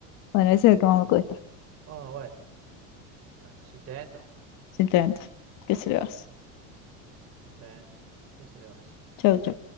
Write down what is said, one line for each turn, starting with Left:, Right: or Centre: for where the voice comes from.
Left: Bueno, ese es el que más me cuesta,
Right: Oh, bueno, bueno, si intento,
Left: simplemente. ¿Qué se le va a hacer?
Right: si intento. ¿Qué se le va a hacer?
Left: Chau, chau.